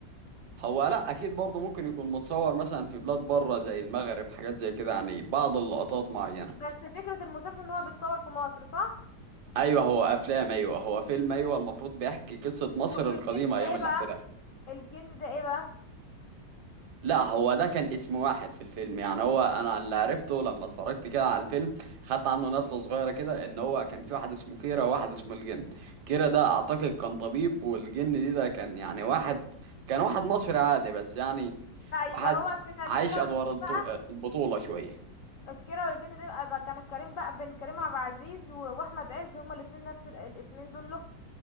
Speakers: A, on the right; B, on the left.
A: هو لا اكيد برضه ممكن يكون متصور مثلا في بلاد بره زي المغرب حاجات زي كده يعني بعض اللقطات معينه
B: بس فكرة المسلسل ان هو بيتصور في مصر صح
A: ايوه هو افلام ايوه هو فيلم ايوه المفروض بيحكي قصه مصر
B: طب والجن
A: القديمه ايام
B: ده ايه
A: الاحتلال
B: بقى الجن ده ايه بقى
A: لا هو ده كان اسم واحد في الفيلم يعني هو انا اللي عرفته لما اتفرجت كده على الفيلم خدت عنه نبذه صغيره كده ان هو كان في واحد اسمه كيرة وواحد اسمه الجن كيرة ده اعتقد كان طبيب والجن دي ده كان يعني واحد كان واحد مصري عادي بس يعني
B: لا يبقى
A: واحد
B: هو كده الكيرة
A: عايش ادوار
B: والجن
A: الطو-
B: بقى
A: البطوله شويه
B: الكيرة والجن ده يبقى بقى كان كريم بقى بين كريم عبد العزيز و- واحمد عز هما الاتنين نفس ال- الاسمين دول له